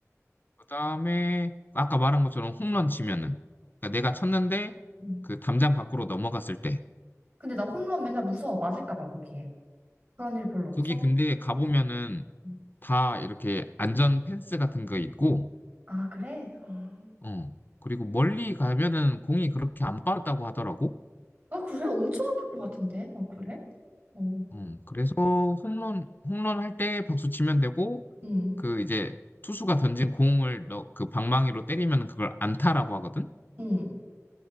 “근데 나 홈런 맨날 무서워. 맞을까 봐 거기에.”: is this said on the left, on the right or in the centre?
Right